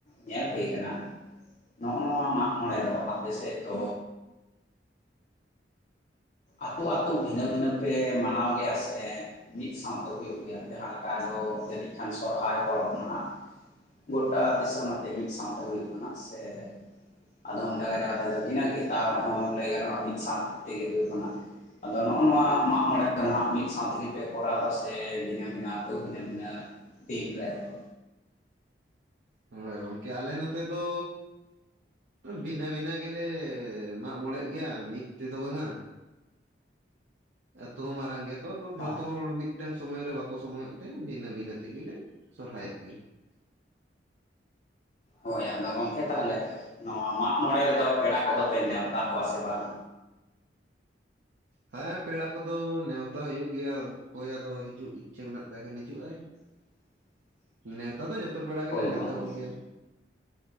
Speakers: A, on the left; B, on the right.
A: ᱧᱮᱞ ᱦᱩᱭ ᱠᱟᱱᱟ ᱱᱚᱜᱼᱚ ᱱᱚᱣᱟ ᱢᱟᱜ ᱢᱚᱬᱮ ᱫᱚ ᱟᱯᱮᱮᱥᱮᱫ ᱫᱚ ᱟᱹᱛᱳ ᱟ ᱟᱹᱛᱳ ᱵᱷᱤᱱᱟᱹ ᱵᱷᱤᱱᱟᱹ ᱯᱮ ᱢᱟᱱᱟᱣ ᱜᱮᱭᱟ ᱥᱮ ᱢᱤᱫ ᱥᱟᱶᱛᱮ ᱦᱩᱭᱩᱜ ᱜᱮᱭᱟ, ᱡᱟᱦᱟᱸ ᱞᱮᱠᱟ ᱟᱫᱚ ᱡᱟᱹᱱᱤᱡ ᱠᱷᱟᱱ ᱥᱚᱨᱦᱟᱭ ᱯᱟᱨᱚᱵ ᱱᱟᱦᱟᱜ᱾ ᱜᱚᱴᱟ ᱫᱤᱥᱚᱢ ᱟᱛᱮ ᱢᱤᱫ ᱥᱟᱶᱛᱮ ᱦᱩᱭᱩᱜ ᱠᱟᱱᱟ ᱥᱮ ᱟᱫᱚᱢ ᱡᱟᱭᱜᱟ ᱡᱟᱭᱜᱟ ᱨᱮ ᱵᱷᱤᱱᱟᱹᱜ ᱜᱮ ᱛᱟᱣ ᱨᱮᱦᱚᱸ ᱞᱟᱹᱭ ᱜᱟᱱᱚᱜᱼᱟ ᱢᱤᱫ ᱥᱟᱶ ᱛᱮᱜᱮ ᱟᱫᱚ ᱱᱚᱜᱼᱚ ᱱᱚᱣᱟ ᱢᱟᱜ ᱢᱚᱬᱮ ᱫᱚ ᱱᱟᱜ ᱢᱤᱫ ᱥᱟᱶ ᱛᱮᱜᱮᱯᱮ ᱠᱚᱨᱟᱣ ᱮᱫᱟ ᱥᱮ ᱵᱷᱤᱱᱟᱹ ᱵᱷᱤᱱᱟᱹ ᱟᱹᱛᱩ ᱵᱷᱤᱱᱟᱹ ᱵᱷᱤᱱᱟᱹ ᱫᱤᱱ <unintelligible>
B: ᱦᱳᱭ ᱜᱚᱝᱠᱮ ᱟᱞᱮ ᱱᱚᱛᱮ ᱫᱚ ᱵᱷᱤᱱᱟᱹ ᱵᱷᱤᱱᱟᱹ ᱜᱮᱞᱮ ᱢᱟᱜ ᱢᱚᱬᱮᱜ ᱜᱮᱭᱟ ᱢᱤᱫ ᱛᱮᱫᱚ ᱵᱟᱝᱼᱟ᱾ ᱟᱹᱛᱩ ᱦᱚᱸ ᱢᱟᱨᱟᱝ ᱜᱮᱫᱚ ᱡᱷᱚᱛᱚ
A: ᱦᱳᱭ
B: ᱦᱚᱲ ᱢᱤᱫ ᱢᱤᱫᱴᱟᱝ ᱥᱚᱢᱚᱭ ᱨᱮ ᱵᱟᱠᱚ ᱥᱚᱢᱚᱭᱚᱜ ᱛᱮ ᱵᱷᱤᱱᱟᱹ ᱵᱷᱤᱱᱟᱹ ᱛᱮᱜᱮᱞᱮ ᱥᱚᱨᱦᱟᱭᱚᱜ ᱜᱮᱭᱟ᱾
A: ᱦᱳᱭ ᱟᱫᱚ ᱜᱚᱢᱠᱮ ᱛᱟᱦᱚᱞᱮ ᱱᱚᱣᱟ ᱢᱟᱜ ᱢᱚᱬᱮ ᱨᱮᱫᱚ ᱯᱮᱲᱟ ᱠᱚᱫᱚ ᱯᱮ ᱱᱮᱣᱛᱟ ᱠᱚᱣᱟ ᱥᱮ ᱵᱟᱝ?
B: ᱦᱮᱸ ᱯᱮᱲᱟ ᱠᱚᱫᱚ ᱱᱮᱣᱛᱟ ᱦᱩᱭᱩᱜ ᱜᱮᱭᱟ ᱚᱠᱚᱭ ᱟᱫᱚ ᱦᱤᱡᱩᱜ ᱤᱪᱪᱷᱟᱹ ᱢᱮᱱᱟᱜ ᱛᱟᱭ ᱠᱷᱟᱱ ᱦᱤᱡᱩᱜ ᱟᱭ
A: <inaudible>
B: ᱱᱮᱶᱛᱟ ᱫᱚ ᱡᱚᱛᱚ ᱯᱮᱲᱟ ᱜᱮᱞᱮ
A: ᱦᱳᱭ
B: ᱱᱮᱶᱛᱟ
A: ᱜᱚᱢᱠᱮ
B: ᱠᱚᱜᱮᱭᱟ᱾